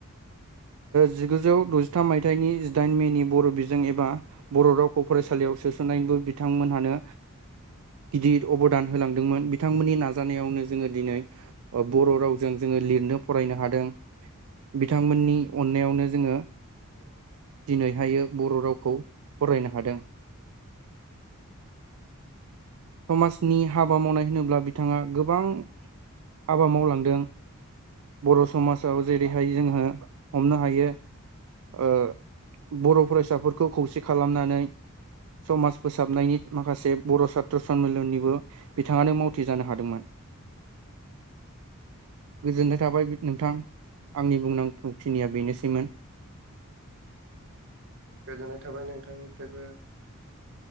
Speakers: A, on the right; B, on the right.
A: जिगुजौ द'जिथाम मायथाइनि जिदाइन मेनि बर' बिजों एबा बर' रावखौ फरायसालियाव स सोसननायनिबो बिथांमोनहानो गिदिर अबदान होलांदोंमोन बिथांमोननि नाजानायावनो जोङो दिनै बर' रावजों जोङो लिरनो फरायनो हादों बिथांमोननि अननायावनो जोङो दिनैहाय बर' रावखौ फरायनो हादों <inaudible> समाजनि हाबा मावनाय होनोब्ला बिथाङा गोबां हाबा मावलांदों बर' समाजाव जेरैहाय जोङो हमनो हायो । बर' फरायसाफोरखौ खौसे खालामनानै । समाज फोसाबनायनि माखासे बर' सात्र सनमिलननिबो बिथाङानो मावथि जानो हादोंमोन। <inaudible> गोजोन्नाय थाबाय नोंथां आंनि बुंनांगौखिनिया बेनोसैमोन । <inaudible>
B: गोजोननाय थाबाय नोंथांनिफ्रायबो